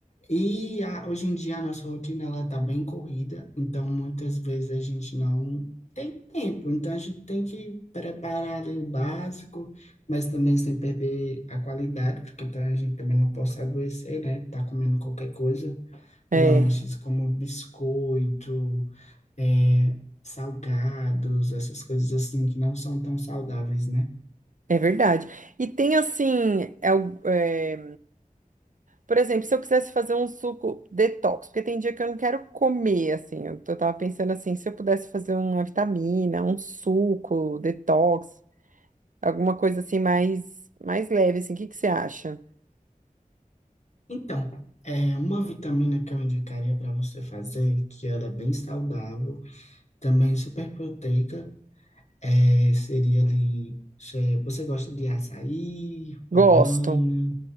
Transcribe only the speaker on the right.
É,
é verdade. E tem assim, é o- é, por exemplo, se eu quisesse fazer um suco detox, porque tem dia que eu não quero comer, assim, eu tô- tava pensando assim, se eu pudesse fazer uma vitamina, um suco detox, alguma coisa assim mais mais leve, assim, o que que você acha?
Gosto,